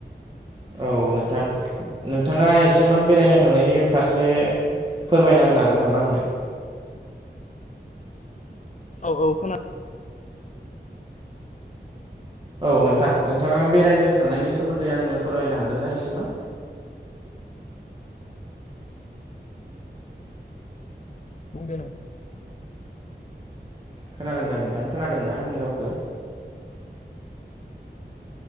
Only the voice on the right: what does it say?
औ नोंथां। नोंथाङा एसेमान बेरायनो थांनायनि फारसे फोरमायना होनो हागोन नामा आंनो?
औ नोंथां नोंथाङा बेरायनो थांनायनि सोमोन्दै आंनो फोरमायनो हागोनना एसेमान?
खोनादों ना नोंथां खोनादोंना आंनि रावखो?